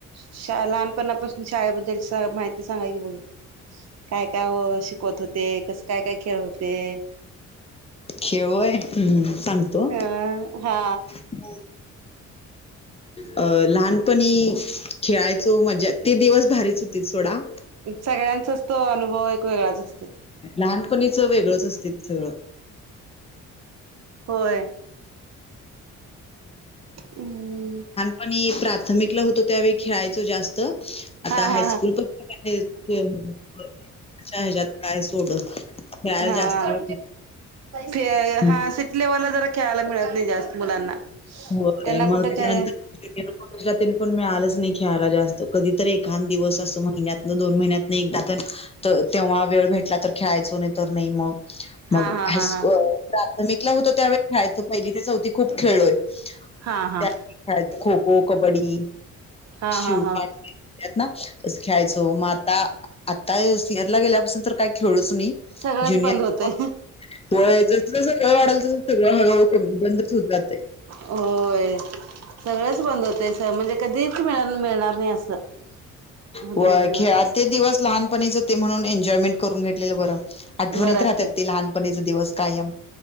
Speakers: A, on the right; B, on the left.
A: शाळ ला पनापासून शाळेबद्दलची माहिती सांगा की बघू काय काय शिकवत होते? कसं काय काय खेळ होते?
B: खेळलोय हम्म सांगतो
A: हं हा
B: <inaudible> अ लहानपणी खेळायचो मजा ते दिवस भारीच होतीत सोडा
A: सगळ्यांचाच तो अनुभव एक वेगळाच अस
B: लहानपणीचं वेगळंच असतय ते सगळं
A: होय हम्म
B: पण प्राथमिकला होतो त्यावेळी खेळायचो जास्त त आता
A: हा हा
B: हायस्कूल
A: हा
B: <unintelligible> श हेज्यात काय सोडत खेळायला
A: हा.
B: जास्त वेळ भेटत
A: ते हा सिटी लेव्हलला जरा खेळायला मिळत नाही जास्त मुलांना
B: हो
A: त्यांना
B: काय म
A: कुठं
B: त्याच्यानंतर
A: <inaudible>
B: तिला तेनं पण मिळालंच नाय खेळायला जास्त, कधी तर एखांद दिवस अस महिन्यातन दोन महिन्यातन एकदा तेनं त तेव्हा वेळ भेटला तर खेळायचो, नायतर नाय मग मग
A: हा हा
B: हायस्कू
A: हा हा
B: प्राथमिकला होतो. त्यावेळी खेळायचो. पहिली ते चौथी खूप खेळलोय.
A: हा हा
B: त्यात खेळाय खो -खो, कबड्डी,
A: हा
B: शिव
A: हा हा.
B: पाट त्यात ना असं खेळायचो म आता, आता सिअरला गेल्यापासून तर काय खेळलोच नई
A: सगळंच
B: ज्युनियर
A: बंद होतय
B: व जस जसं वय वाढाल तस सगळं हळूहळू कमी बंदच होत जातय.
A: होय. सगळंच बंद होतय स म्हणजे कधीच खेळाला मिळणार नाय असं होतय
B: होय.
A: सगळं.
B: खेळात ते दिवस लहानपणीच ते म्हणून एन्जॉयमेंट करून घेतलेलं बरं आठवणीत
A: बरं
B: राहत्यात,
A: असतय
B: ते लहानपणीच दिवस कायम.